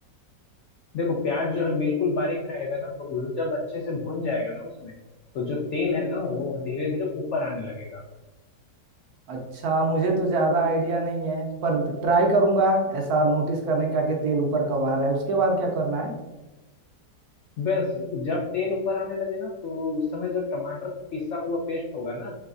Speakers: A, on the left (about 80°); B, on the right (about 70°).
A: देखो प्याज जो है बिल्कुल बारीक रहेगा ना तो वो जब अच्छे से भून जाएगा ना उसमें तो जो तेल है ना वो धीरे धीरे ऊपर आने लगेगा
B: अच्छा मुझे तो ज्यादा आइडिया नहीं है पर ट्राई करूंगा ऐसा नोटिस करने का कि तेल ऊपर कब आ रहा है उसके बाद क्या करना है
A: बस जब तेल ऊपर आने लगे ना तो उस समय जो टमाटर का पिसा हुआ पेस्ट होगा ना